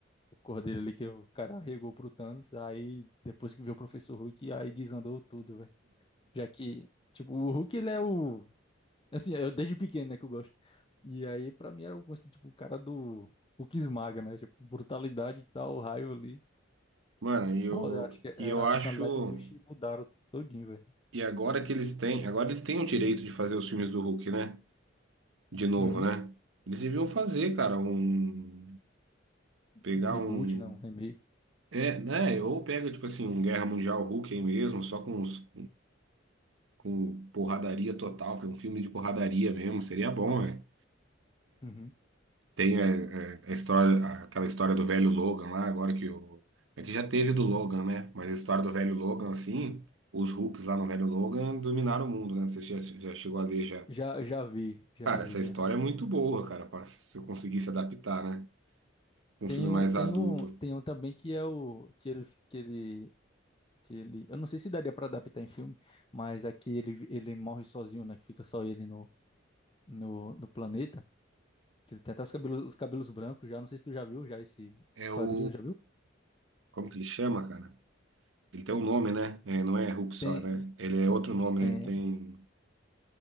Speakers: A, on the left (about 25°); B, on the right (about 80°).
A: o Cordeiro ali que o cara regou pro Thanos, aí depois que viu o Professor Hulk, aí desandou tudo, velho. Já que, tipo, o Hulk ele é o. Assim, eu desde pequeno, né, que eu gosto. E aí, pra mim, era o, assim, tipo, o cara do Hulk esmaga, né? Tipo, brutalidade e tal, raio ali.
B: Mano,
A: Foda,
B: e eu,
A: acho que
B: e
A: era
B: eu
A: a
B: acho.
A: personalidade do bicho e mudaram todinho, velho.
B: E agora que eles têm. Agora eles têm o direito de fazer os filmes do Hulk, né? De novo,
A: Uhum.
B: né? Eles deviam fazer, cara, um. Pegar
A: Um Reboot,
B: um.
A: né um remake.
B: É, né? Ou pega, tipo assim, um Guerra Mundial Hulk aí mesmo, só com os. com porradaria total, foi um filme de porradaria mesmo, seria bom, né?
A: Uhum.
B: Tem é, é, a, história, aquela história do velho Logan lá, agora que o. É que já teve do Logan, né? Mas a história do velho Logan, assim, os Hulks lá no velho Logan dominaram o mundo, né? Você já, já chegou a ler já.
A: Já, já vi, já
B: Cara,
A: vi,
B: essa história
A: já.
B: é muito boa, cara, pra, se eu conseguisse adaptar, né? Um
A: Tem,
B: filme mais
A: o, tem,
B: adulto.
A: um, tem um também que é o. Que ele, que ele que ele, eu não sei se daria para adaptar em filme, mas aqui ele ele morre sozinho, né, que fica só ele no no, no planeta, que ele tem até os cabelos os cabelos brancos já, não sei se tu já viu já esse
B: É
A: esse quadrinho,
B: o.
A: já viu?
B: Como que ele chama, cara? Ele tem um nome, né? É, não é Hulk só,
A: Tem
B: né? Ele é
A: tem
B: outro nome,
A: tem
B: né? Ele tem.